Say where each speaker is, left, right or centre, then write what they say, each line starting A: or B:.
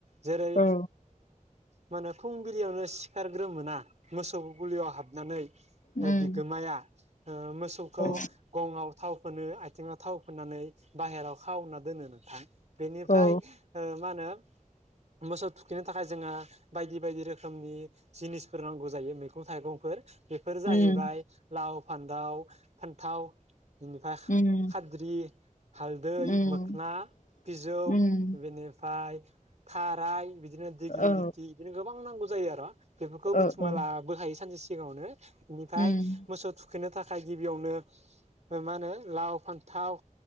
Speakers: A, on the right; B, on the left.
A: जेरै
B: औ
A: मा होनो फुंबिलियावनो सिखारग्रो मोना मोसौ गुलियाव हाबनानै
B: उम
A: बिगोमाया ओ मोसौखौ
B: औ
A: गंआव थाव फोनो आथिङाव थाव फोननानै बाहेराव खावना दोनो नोंथां बेनिफ्राय
B: औ
A: मा होनो मोसौ थुखैनो थाखाय जोङो बायदि बायदि रोखोमनि जिनिसफोर नांगौ जायो मैगं- मैगं थाइगंफोर बेफोर जाहैबाय
B: उम
A: लाव फान्थाव फान्थाव बेनिफ्राय
B: उम
A: खाद्रि हालदै
B: उम
A: मोखोना बिजौ
B: उम
A: बेनिफ्राय थाराय बिदिनो दिग्लि
B: औ
A: लिथि बिदिनो गोबां नांगौ जायो आर बेफोरखौ
B: ओ
A: बुथुमना
B: औ
A: लाबोखायो सानसे सिगाङावनो। बेनिफ्राय
B: उम
A: मोसौ थुखैनो थाखाय गिबियावनो मा होनो लाव, फान्थाव,